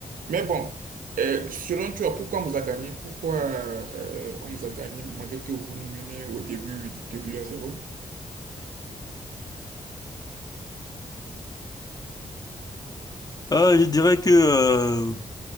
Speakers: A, on the right; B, on the left.
A: Mais bon, euh, selon toi, pourquoi on vous a gagné? Pourquoi euh, on vous a gagné malgré que vous nous menez au début 2 buts à zéro?
B: Euh, je dirais que euh,